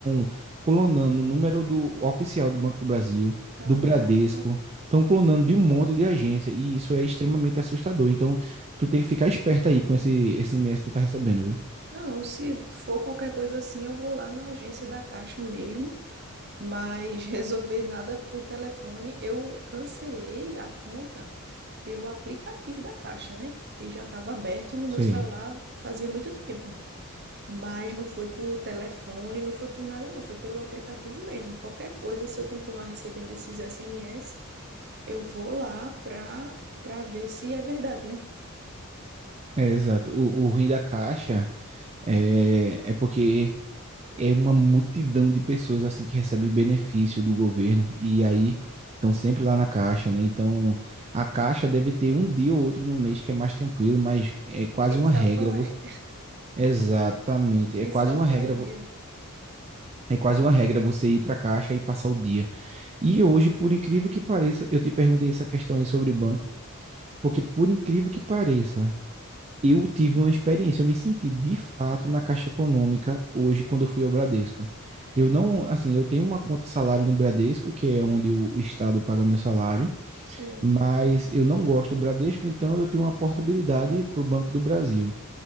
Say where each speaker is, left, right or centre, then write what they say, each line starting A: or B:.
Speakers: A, on the right; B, on the right.
A: tão clonando o número do oficial do Banco do Brasil,
B: Caramba.
A: do Bradesco, estão clonando de um monte de agência, e isso é extremamente assustador. Então, tu tem que ficar esperto aí com esse, esse SMS que tu tá recebendo, viu?
B: Não, se for qualquer coisa assim, eu vou lá na agência da Caixa mesmo mas resolver nada por telefone, eu cancelei a conta pelo aplicativo da Caixa, né? Que já estava aberto no meu
A: Sim,
B: celular fazia muito tempo. Mas não foi por telefone, não foi por nada, não. Foi pelo aplicativo mesmo. Qualquer coisa, se eu continuar recebendo esses SMS, eu vou lá para para ver se é verdade, né?
A: é exato. O, o ruim da caixa é, é porque é uma multidão de pessoas assim que recebem benefício do governo e aí estão sempre lá na caixa, né? Então a caixa deve ter um dia ou outro no mês que é mais tranquilo, mas é quase
B: Ninguém
A: uma
B: sabe
A: regra.
B: qual
A: vo-
B: é.
A: Exatamente,
B: <laughs> Ninguém
A: é quase
B: sabe
A: uma
B: qual
A: regra,
B: é o
A: vo-
B: dia.
A: é quase uma regra você ir para a caixa e passar o dia. E hoje, por incrível que pareça, eu te perguntei essa questão aí sobre banco, porque por incrível que pareça eu tive uma experiência, eu me senti de fato na Caixa Econômica hoje quando eu fui ao Bradesco. Eu não, assim, eu tenho uma conta salário no Bradesco, que é onde o Estado paga meu salário,
B: Sim,
A: mas eu não gosto do Bradesco, então eu tenho uma portabilidade para o Banco do Brasil.